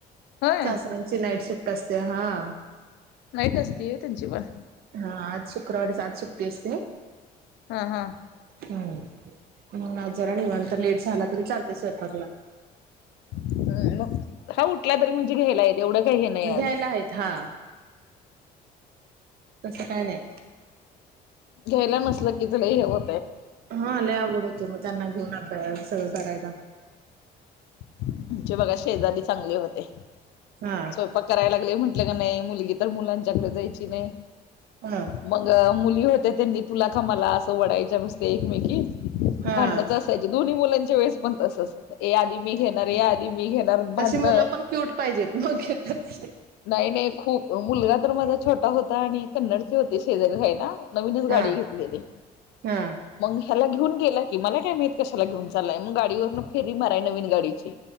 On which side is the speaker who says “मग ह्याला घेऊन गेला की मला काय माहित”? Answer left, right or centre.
Left